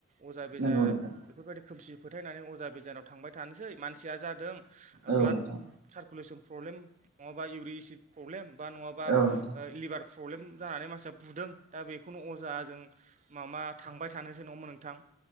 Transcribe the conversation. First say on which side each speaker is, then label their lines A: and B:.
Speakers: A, on the right; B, on the right.
A: अजा बेजा
B: नंगौ नोंथां
A: बेफोरबायदि खोमसि फोथायनानै अजा बेजानाव थांबाय थानोसै मानसिया जादों
B: औ
A: ब्लाड
B: नोंथां
A: सारकुलेसन प्रब्लेम नङाबा इउरिसिद प्रब्लेम बा नङाबा
B: औ नोंथां
A: ओ लिभार प्रब्लेम जानानै मानसिया बुदों दा बेखौनो अजा जों मा मा थांबाय थानोसो नङा होमबा नोंथां